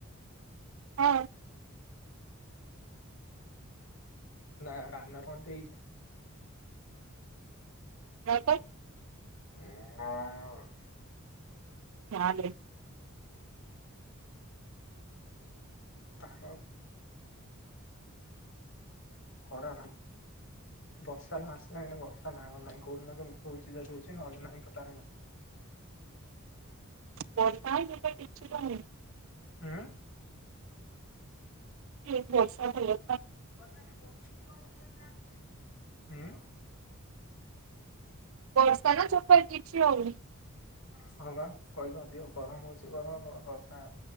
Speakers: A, on the right; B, on the left.
A: ହଁ।
B: ନା ରାନା କଣ ଦେଇଚି
A: ନାଁ ତ
B: ହୁଁ
A: ତାହାଲେ
B: ତାର ଖରାଟା ବର୍ଷା ଏଇନା ଆସିଲାଣି ବର୍ଷା ନାଆ ଗନ୍ଧ ନାହିଁ କୋଉ‌ ଦିନ କେମିତି ହୋଉଛି ଯଦି ହଉଛି ନହଲେ ନାହିଁ ଟୋଟାଲେ ନାହିଁ।
A: ବର୍ଷା <unintelligible> କିଛିତ ହେଇନି।
B: ହୁଁ।
A: ଠିକ୍ ବର୍ଷା ହେଲେ
B: ହୁଁ।
A: ବର୍ଷା ନା ଚୋପା କିଛି ହଉନି।
B: ହଁ ବା କହିଲ ଅଧିକ ଗରମ ହଉଛି ଗରମ ବର୍ଷା